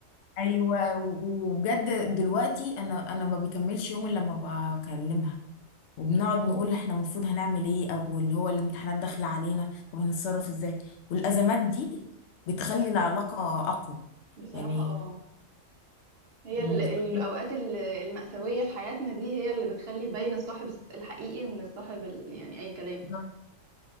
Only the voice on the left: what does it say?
ايوه و- وبجد دلوقتي انا انا ما بيكملش يوم الا لما بكلمها وبنقعد نقول احنا المفروض هنعمل ايه او اللي هو الامتحانات داخله علينا طب هنتصرف ازاي والازمات دي بتخلي
العلاقه اقوى
يعني
يعني
بتخلي
<laughs>